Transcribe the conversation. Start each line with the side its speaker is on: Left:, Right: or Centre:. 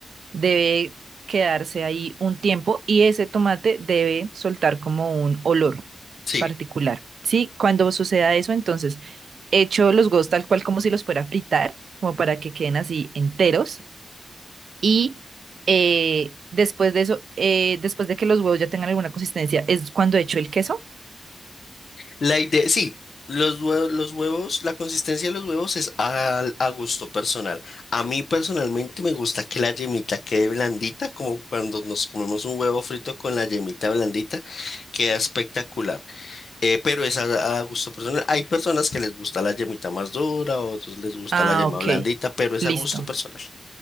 Right: debe quedarse ahí un tiempo y ese tomate debe soltar como un olor
Left: Sí.
Right: particular. Sí, cuando suceda eso, entonces hecho los huevos tal cual como si los fuera a fritar, como para que queden así enteros y eh, después de eso, eh, después de que los huevos ya tengan alguna consistencia, es cuando hecho el queso.
Left: La idea, sí, los huevos, los huevos, la consistencia de los huevos es al- a, gusto personal. A mí personalmente me gusta que la yemita quede blandita, como cuando nos comemos un huevo frito con la yemita blandita, queda espectacular. Eh, pero es a, a gusto personal. Hay personas que les gusta la yemita más dura, otros les gusta
Right: Ah,
Left: la yema
Right: ok,
Left: blandita, pero es
Right: listo.
Left: a gusto personal.